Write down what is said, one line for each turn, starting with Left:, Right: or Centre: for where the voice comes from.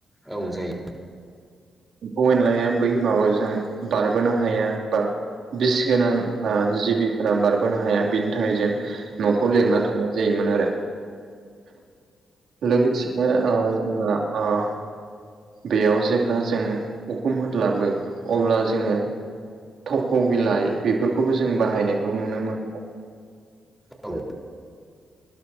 Centre: औ जायो
Right: एम्फौ एनलाया बै माबाजों बारबोनो हाया बा बिसि गोनां जिबिफोरा बारबोनो हाया बिनि थाखाय जों न'खौ लिरना थांनाय जायोमोन आरो लोगोसेनो ओ आं बेयाव जेब्ला जों उखुम होलाबो अब्ला जोंङो थख' बिलाइ बेफोरखौबो जों बाहायनायखौ नुनो मोनो
Centre: औ